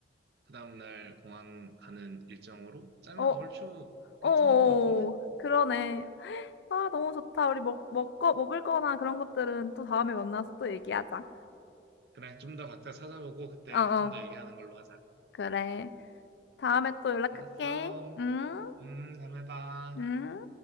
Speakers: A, on the right (about 60°); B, on the left (about 70°).
A: 그 다음날 공항 가는 일정으로 짜면
B: 어,
A: 얼추 괜찮을
B: 어,
A: 것 같은데?
B: 그러네. 아, 너무 좋다. 우리 먹, 먹거, 먹을 거나 그런 것들은 또 다음에 만나서 또 얘기하자.
A: 그래, 좀 더 각자 찾아보고 그때
B: 어, 어.
A: 좀 더 얘기하는 걸로 하자.
B: 그래. 다음에 또 연락할게.
A: 알았어.
B: 응?
A: 음, 다음에 봐.
B: 응?